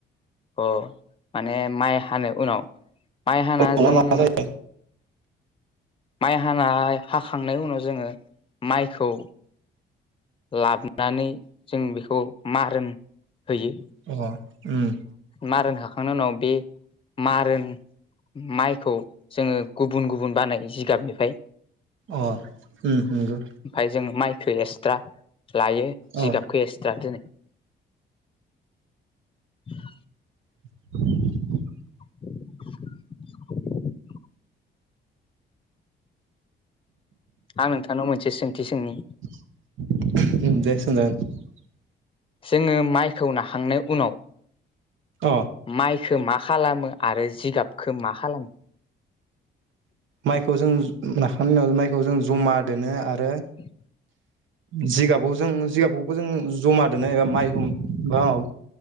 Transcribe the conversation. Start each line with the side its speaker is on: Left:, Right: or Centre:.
Left: अ माने माइ हानो उनाव माइ हाना
Right: आं मा
Left: जों
Right: मा जायो
Left: माइ हानाय हाखांनायनि उनाव जोङो माइखौ लाबोनानै जों बेखौ मारोन होयो
Right: अ उम
Left: मारोन होखांनायनि उनाव बे मारोन माइखौ जोङो गुबुन गुबुन बानाय जिगाबनिफ्राय
Right: अ उम नंगौ।
Left: ओमफ्राय जों माइखौ एक्सट्रा लायो जिगाबखो
Right: अ
Left: एस्ट्रा दोनो। <inaudible>
Right: <inaudible>
Left: <inaudible> आं नोंथांनाव मोनसे सोंथि सोंनि।
Right: <unintelligible>
Left: जोङो माइखौ नाहांनाय उनाव
Right: अ
Left: माइ खो मा खालामो आरो जिगाबखौ मा खालामो।
Right: माइखौ जों नाखांनायनि उनाव माइखौ जों जमा दोनो आरो।
Left: <inaudible>
Right: जिगाबाव जों जिगाबावबो जों जमा दोनो एबा माइहुम बाव